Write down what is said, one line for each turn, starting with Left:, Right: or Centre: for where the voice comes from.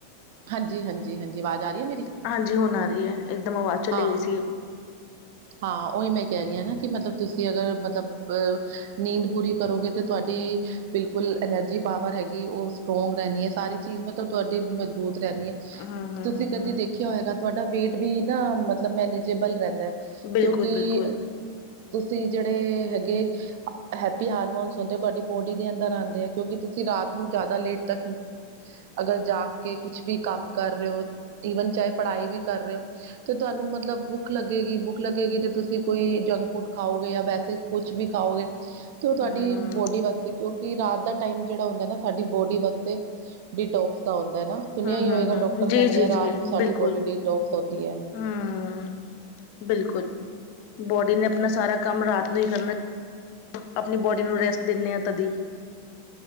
Right: ਹਾਂਜੀ, ਹਾਂਜੀ, ਹਾਂਜੀ ਆਵਾਜ਼ ਆ ਰਹੀ ਹੈ ਮੇਰੀ?
Left: ਹਾਂਜੀ ਹੁਣ ਆ ਰਹੀ ਹੈ ਇਕਦਮ ਆਵਾਜ਼ ਚਲੇ
Right: ਹਾਂ,
Left: ਗਈ ਸੀ।
Right: ਹਾਂ ਉਹੀ ਮੈਂ ਕਹਿ ਰਹੀ ਹਾਂ ਨਾ ਕਿ ਮਤਲਬ ਤੁਸੀਂ ਅਗਰ ਮਤਲਬ ਅ ਨੀਂਦ ਪੂਰੀ ਕਰੋਗੇ ਤਾਂ ਤੁਹਾਡੀ। ਬਿਲਕੁਲ ਐਨਰਜੀ ਪਾਵਰ ਹੈਗੀ ਉਹ ਸਟਰੋਂਗ ਰਹਿਣੀ ਹੈ, ਸਾਰੀ ਚੀਜ਼ ਮਤਲਬ ਤੁਹਾਡੀ ਮਜ਼ਬੂਤ ਰਹਿਣੀ ਹੈ।
Left: ਹਮ ਹਮ
Right: ਤੁਸੀਂ
Left: ਹਮ
Right: ਕਦੀ ਦੇਖਿਆ ਹੋਏਗਾ ਤੁਹਾਡਾ ਵੇਟ ਵੀ ਨਾ ਮਤਲਬ ਮੈਨੇਜੇਬਲ ਰਹਿੰਦਾ। ਕਿਉਂਕਿ
Left: ਬਿਲਕੁਲ ਬਿਲਕੁਲ
Right: ਤੁਸੀਂ ਜਿਹੜੇ ਹੈਗੇ। ਹੈਪੀ ਹਾਰਮੋਨਸ ਹੁੰਦੇ ਤੁਹਾਡੀ ਬੋਡੀ ਦੇ ਅੰਦਰ ਆੰਦੇ ਕਿਉਂਕਿ ਤੁਸੀਂ ਰਾਤ ਨੂੰ ਜ਼ਿਆਦਾ ਲੇਟ ਤੱਕ। ਅਗਰ ਜਾਗ ਕੇ ਕੁਛ ਵੀ ਕੰਮ ਕਰ ਰਹੇ ਹੋ ਈਵਨ ਚਾਹੇ ਪੜ੍ਹਾਈ ਵੀ ਕਰ ਰਹੇ ਹੋ। ਤੇ ਤੁਹਾਨੂੰ ਮਤਲਬ ਭੁੱਖ ਲੱਗੇਗੀ ਭੁੱਖ। ਭੁੱਖ ਲੱਗੇਗੀ ਜੇ ਤੁਸੀਂ ਕੋਈ ਜੰਕ ਫੂਡ ਖਾਓਗੇ, ਜਾਂ ਵੈਸੇ ਕੁਛ ਵੀ ਖਾਓਗੇ ਤੇ ਉਹ ਤੁਹਾਡੀ।
Left: ਹਮ
Right: ਬੋਡੀ ਵਾਸਤੇ ਕਿਉਂਕਿ ਰਾਤ ਦਾ ਟਾਇਮ ਜਿਹੜਾ ਹੁੰਦਾ ਨਾ ਸਾਡੀ ਬੋਡੀ ਵਾਸਤੇ ਡਿਟੋਕਸ ਦਾ ਹੁੰਦਾ ਨਾ। ਸੁਣਿਆ
Left: ਹਮ
Right: ਹੀ
Left: ਹਮ
Right: ਹੋਏਗਾ, ਡਾਕਟਰ
Left: ਹਮ ਜੀ
Right: ਕਹਿੰਦੇ
Left: ਜੀ
Right: ਆ
Left: ਜੀ
Right: ਰਾਤ ਨੂੰ ਸਾਡੀ
Left: ਬਿਲਕੁਲ
Right: ਬੋਡੀ ਡੀਟੋਕਸ ਹੁੰਦੀ ਹੈ।
Left: ਹਮ, ਬਿਲਕੁਲ ਬੋਡੀ ਨੇ ਆਪਣਾ ਸਾਰਾ ਕੰਮ ਰਾਤ ਨੂੰ ਹੀ ਕਰਨਾ। ਆਪਣੀ ਬੋਡੀ ਨੂੰ ਰੈਸਟ ਦਿੰਦੇ ਹਾਂ ਕਦੀ।